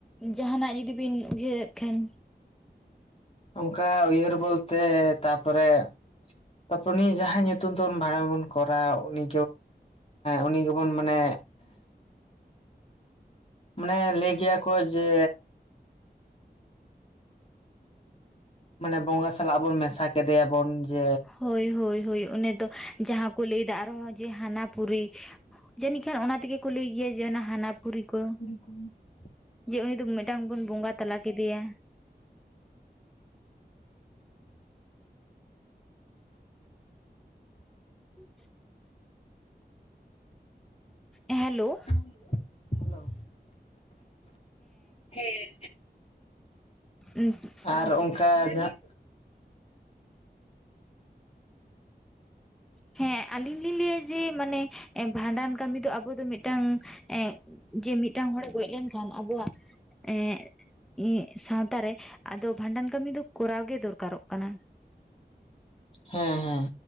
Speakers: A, in the centre; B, on the left (about 35°).
A: ᱡᱟᱦᱱᱟᱜ ᱡᱩᱫᱤ ᱵᱤᱱ ᱩᱭᱦᱟᱹᱨ ᱮᱫ ᱠᱷᱟᱱ?
B: ᱚᱱᱠᱟ ᱩᱭᱦᱟᱹᱨ ᱵᱚᱞᱛᱮ ᱛᱟᱯᱚ ᱨᱮ ᱛᱟᱨᱯᱚᱨ ᱩᱱᱤ ᱡᱟᱦᱟᱸ ᱧᱩᱛᱩᱢ ᱛᱮ ᱵᱷᱟᱲᱟᱸ ᱵᱚᱱ ᱠᱚᱨᱟᱣ ᱩᱱᱤ ᱩᱱᱤ ᱜᱮ ᱵᱚᱱ ᱢᱟᱱᱮ ᱢᱟᱱᱮ ᱞᱟᱹᱭ ᱜᱮᱭᱟ ᱠᱚ ᱡᱮ ᱢᱟᱱᱮ ᱵᱚᱸᱜᱟ ᱥᱟᱞᱟᱜ ᱵᱚᱱ ᱢᱮᱥᱟ ᱠᱮᱫᱮᱭᱟ ᱵᱚᱱ ᱡᱮ
A: ᱦᱳᱭ ᱦᱳᱭ ᱦᱳᱭ ᱩᱱᱤ ᱫᱚ ᱡᱟᱦᱟᱸ ᱠᱚ ᱞᱟᱹᱭ ᱫᱟ ᱟᱨ ᱦᱚ ᱡᱮ ᱦᱟᱱᱟ ᱯᱩᱨᱤ ᱡᱟᱹᱱᱤᱡ ᱠᱷᱟᱱ ᱚᱱᱟ ᱛᱮ ᱜᱮ ᱠᱚ ᱞᱟᱹᱭ ᱜᱮᱭᱟ ᱡᱮ ᱦᱟᱱᱟ ᱯᱩᱨᱤ ᱠᱚ
B: ᱦ <inaudible>
A: ᱡᱮ ᱩᱱᱤ ᱫᱚ ᱢᱤᱫᱴᱟᱝ ᱵᱚᱱ ᱵᱚᱸᱜᱟ ᱛᱟᱞᱟ ᱠᱮᱫᱮᱭᱟ ᱦ <inaudible> ᱦᱮᱞᱳ
B: <inaudible> ᱦᱮᱸ
A: ᱩ <inaudible>
B: ᱟᱨ ᱚᱱᱠᱟ ᱡᱟᱦᱟᱸ
A: ᱦᱮᱸ ᱟᱞᱤᱧ ᱞᱤᱧ ᱞᱟᱹᱭᱟ ᱡᱮ ᱢᱟᱱᱮ ᱵᱷᱟᱸᱰᱟᱱ ᱠᱟᱹᱢᱤ ᱫᱚ ᱟᱵᱚ ᱫᱚ ᱢᱤᱫᱴᱟᱝ ᱮᱜ ᱡᱮ ᱢᱤᱫᱴᱟᱝ ᱦᱚᱲ ᱮ ᱜᱚᱡ ᱞᱮᱱᱠᱷᱟᱱ ᱟᱵᱚᱣᱟᱜ ᱮᱜ ᱤᱧᱟᱹᱜ ᱥᱟᱶᱛᱟᱨ ᱨᱮ ᱟᱫᱚ ᱵᱷᱟᱸᱰᱟᱱ ᱠᱟᱹᱢᱤ ᱫᱚ ᱠᱚᱨᱟᱣ ᱜᱮ ᱫᱚᱨᱠᱟᱨᱚᱜ ᱠᱟᱱᱟᱹ
B: ᱦᱮᱸ ᱦᱮᱸ